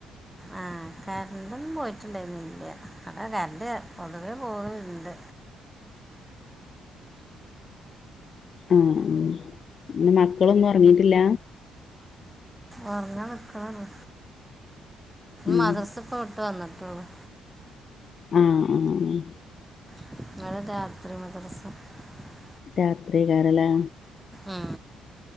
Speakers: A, in the centre; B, on the left.
A: ആ കറണ്ടൊന്നും പോയിട്ടിഉണ്ടായിരുന്നില്ല ഇവിടെ കറന്റ്‌ പൊതുവേ പോവലുണ്ട്
B: ആ ആ അങ്ങനെ മക്കളൊന്നും ഉറങ്ങിട്ടില്ല
A: ഉറഞ്ഞ് നിൽകുവാന്
B: ഉം
A: മാധറസ് പോയിട്ട് വന്നതാ ആ
B: ആ ആ ആ
A: <inaudible>
B: രാത്രികാരല്ലേ
A: ആ